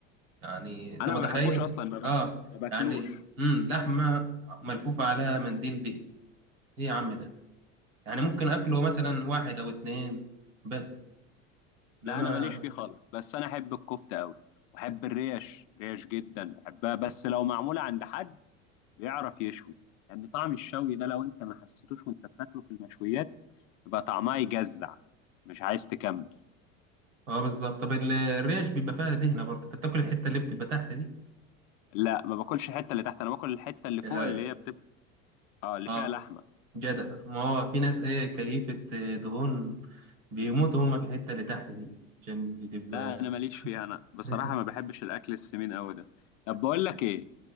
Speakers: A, on the right; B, on the left.
A: يعني انت
B: انا
A: متخيل
B: ما بحبوش اصلا ما بك-
A: اه
B: ما باكلوش
A: يعني امم لحمة ملفوفة عليها منديل دهن ايه يا عم ده يعني ممكن اكله مثلا واحد او اتنين بس انما
B: لا انا ماليش فيه خالص بس انا احب الكفته قوي واحب الريش ريش جدا بحبها بس لو معموله عند حد بيعرف يشوي لان يعني طعم الشوي ده لو انت ما حسيتوش وانت بتاكله في المشويات يبقى طعمها يجزع مش عايز تكمل
A: اه بالظبط طب ال- الريش بيبقى فيها دهنه برضه انت بتاكل الحته اللي بتبقى تحت دي
B: لا ما باكلش الحته اللي تحت انا باكل الحته اللي فوق
A: اه
B: اللي هي بتبقى اه اللي
A: آه،
B: فيها لحمه
A: جدع ما هو في ناس ايه كيفه دهون بيموتوا هم في الحته اللي تحت دي عشان بتبقى
B: لا انا ماليش فيها انا بصراحه
A: <laughs>
B: ما بحبش الاكل السمين قوي ده طب بقول لك ايه